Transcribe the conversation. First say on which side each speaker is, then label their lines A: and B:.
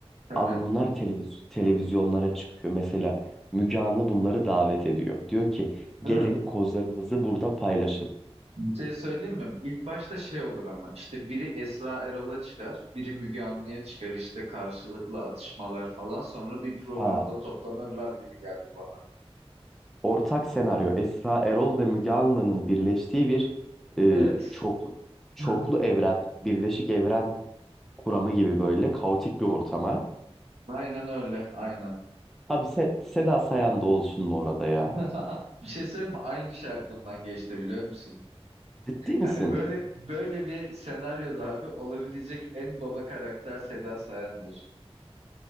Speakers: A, on the right; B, in the centre.
A: Tabii.
B: Abi bunlar televiz televizyonlara çıkıyor. Mesela Müge Anlı bunları davet ediyor. Diyor ki gelin
A: Değil mi?
B: kozlarınızı burada paylaşın.
A: Bir şey söyleyeyim mi? İlk başta şey olur ama işte biri Esra Erol'a çıkar, biri Müge Anlı'ya çıkar işte karşılıklı atışmalar falan sonra bir programda
B: Ha.
A: toplanırlar gibi geldi bana.
B: Ortak senaryo Esra Erol ve Müge Anlı'nın birleştiği bir e,
A: Evet.
B: çoklu, çoklu
A: Hı.
B: evren, birleşik evren kuramı gibi böyle kaotik bir ortama.
A: Aynen öyle, aynen.
B: Abi Se- Seda Sayan da olsun mu orada ya?
A: <laughs> Bir şey söyleyeyim mi? Aynı şey aklımdan geçti biliyor musun?
B: Ciddi misin?
A: Hani böyle böyle bir senaryoda abi olabilecek en baba karakter Seda Sayan'dır.